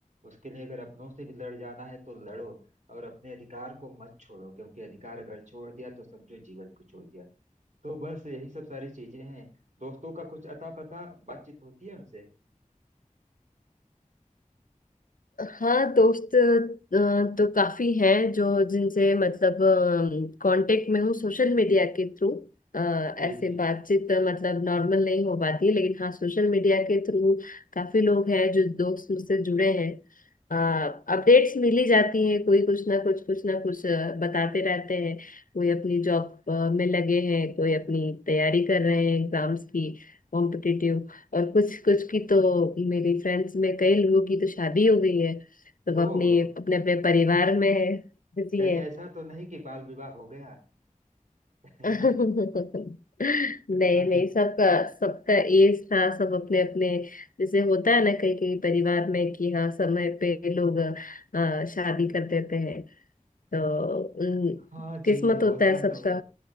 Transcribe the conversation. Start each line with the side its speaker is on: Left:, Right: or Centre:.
Right: उसके लिए अगर अपनों से भी लड़ जाना है तो लड़ो और अपने अधिकार को मत छोड़ो क्योंकि अधिकार अगर छोड़ दिया तो समझो जीवन को छोड़ दिया तो बस यही सब सारी चीजें हैं दोस्तों का कुछ अता पता बातचीत होती है उनसे
Left: हाँ दोस्त अ, तो काफी हैं जो जिनसे मतलब कांटेक्ट में हूँ सोशल मीडिया के थ्रू ऐसे
Right: जी जी
Left: बातचीत अ, मतलब नॉर्मल नहीं हो पाती है लेकिन हाँ सोशल मीडिया के थ्रू काफी लोग हैं जो दोस्त मुझसे जुड़े हैं अपडेट्स मिली जाती हैं कोई कुछ ना कुछ कुछ ना कुछ अ, बताते रहते हैं कोई अपनी जॉब में लगे हैं कोई अपनी तैयारी कर रहे हैं एग्जाम्स की कॉम्पिटिटिव और कुछ कुछ की तो मेरी फ्रेंड्स में कई लोगों की तो शादी हो गई है सब
Right: ओह
Left: अपनी अपने अपने परिवार में है बिजी
Right: कहीं
Left: है
Right: ऐसा तो नहीं कि बाल विवाह हो गया <laughs>
Left: <laughs>
Right: ना
Left: नहीं
Right: ना
Left: नहीं सबका सबका एज था सब अपने अपने जैसे होता है ना कई कई परिवार में कि हाँ समय पे लोग अ, शादी कर देते हैं तो उम,
Right: हाँ जी
Left: किस्मत
Right: होता
Left: होता है सबका
Right: तो है